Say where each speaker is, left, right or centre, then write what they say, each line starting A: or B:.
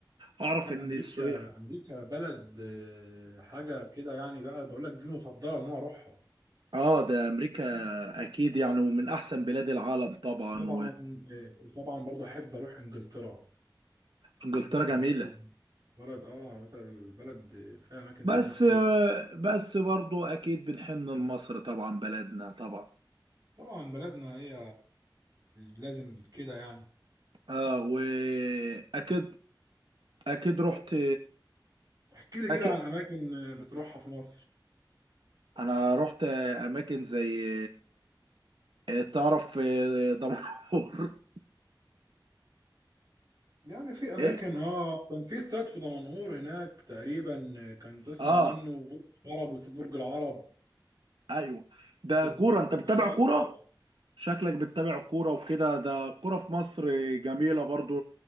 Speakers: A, on the right; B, on the right.
A: واعرف
B: لا
A: ان
B: امريكا
A: السياح
B: امريكا بلد آه، حاجة كده يعني بقى بقول لك دي المفضلة ان انا اروحها
A: اه ده امريكا اكيد يعني ومن احسن بلاد العالم طبعا
B: طبعا آه، وطبعا برضه احب اروح انجلترا
A: وانجلترا
B: بلد
A: جميلة
B: برضه بلد اه مثلا البلد فيها اماكن
A: بس
B: سياحية كتير
A: آه بس برضو اكيد بنحن لمصر طبعا بلدنا طبعا
B: طبعا بلدنا هي لازم كده يعني
A: اه واكيد اكيد رحت
B: آه، احكي لي
A: أكيد
B: كده عن اماكن بتروحها في مصر
A: انا رحت اماكن زي آه، تعرف آه، دمنهور <laughs>
B: يعني في اماكن
A: ايه
B: اه كان في استاد في دمنهور هناك تقريبا كان تسمع
A: اه
B: عنه برج العرب واستاد برج العرب
A: ايوه ده
B: كنت
A: كوره انت بتتابع
B: شاطر
A: كوره
B: طبعا
A: شكلك بتتابع كوره وكده ده كوره في مصر جميله برضو